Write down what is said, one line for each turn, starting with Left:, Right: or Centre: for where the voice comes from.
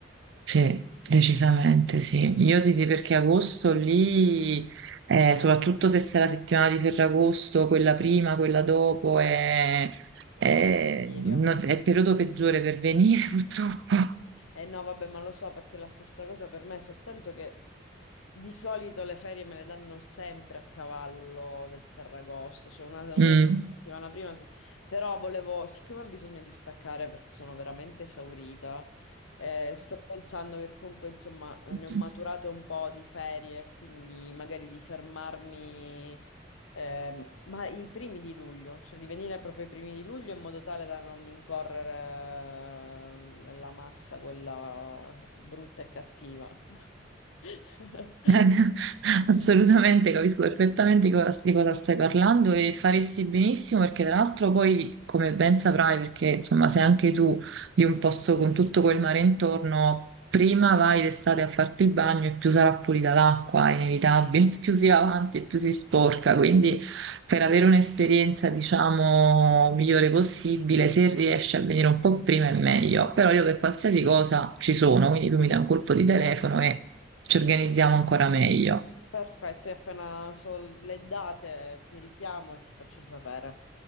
Right: Sì, decisamente sì. Io ti dico perché agosto lì, eh, soprattutto se sei la settimana di Ferragosto, quella prima, quella dopo, è, è-
Left: Delirio.
Right: no- è il periodo peggiore per venire <laughs> purtroppo.
Left: Eh no, vabbè, ma lo so perché è la stessa cosa per me, soltanto che di solito le ferie me le danno sempre a cavallo del Ferragosto, cioè una, una
Right: Mm,
Left: settimana prima. se- Però volevo, siccome ho bisogno di staccare perché sono veramente esaurita, eh, sto pensando che comunque, insomma, ne
Right: mm.
Left: ho maturate un po' di ferie, quindi magari di fermarmi. Ehm, ma i primi di luglio, cioè di venire proprio ai primi di luglio in modo tale da non incorrere nella massa quella brutta e cattiva. <laughs>
Right: <laughs> Assolutamente, capisco perfettamente di cosa, di cosa stai parlando e faresti benissimo perché tra l'altro poi, come ben saprai, perché insomma sei anche tu di un posto con tutto quel mare intorno, prima vai d'estate a farti il bagno e più sarà pulita l'acqua, è inevitabile, <laughs> più si va avanti e più si sporca, quindi per avere un'esperienza, diciamo, migliore possibile, se riesci a venire un po' prima è meglio. Però io per qualsiasi cosa ci sono, quindi tu mi dai un colpo di telefono e ci organizziamo ancora meglio.
Left: Perfetto, e appena so le date ti richiamo e ti faccio sapere.